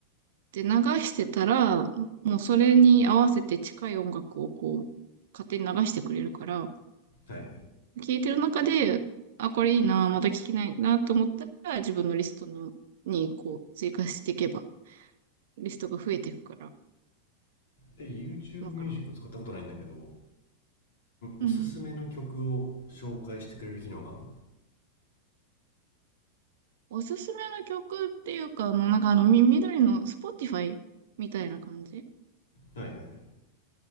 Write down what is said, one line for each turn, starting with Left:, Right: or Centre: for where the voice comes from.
Right: で、流してたら、もうそれに合わせて近い音楽をこう、勝手に流してくれるから、
Left: はいはい
Right: 聞いてる中で、あ、これいいな、まだ聞きないなと思ったら、自分のリストのにこう追加していけば、リストが増えていくから。
Left: え YouTube
Right: だから、
Left: ミュージック使ったことないんだけどん
Right: うん。
Left: おすすめの曲を紹介してくれる機能がある
Right: おすすめの曲っていうか、あの、なんかあの、み、緑の Spotify みたいな感じ
Left: のはいはいはい